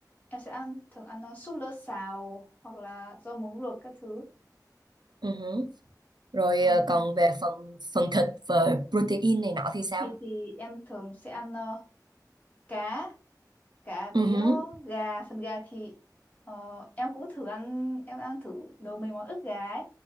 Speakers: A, on the left; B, on the right.
A: em sẽ ăn thường ăn ờ, súp lơ xào hoặc là rau muống luộc các thứ.
B: Ừ hử. Rồi
A: Còn
B: ờ, còn
A: ờ,
B: về phần phần thịt và protein này nọ thì sao?
A: thịt thì em thường sẽ ăn ờ, cá, cá với
B: Ừ hứ,
A: ờ, gà, phần gà thì ờ, em cũng thử ăn em ăn thử nấu mấy món ức gà ấy.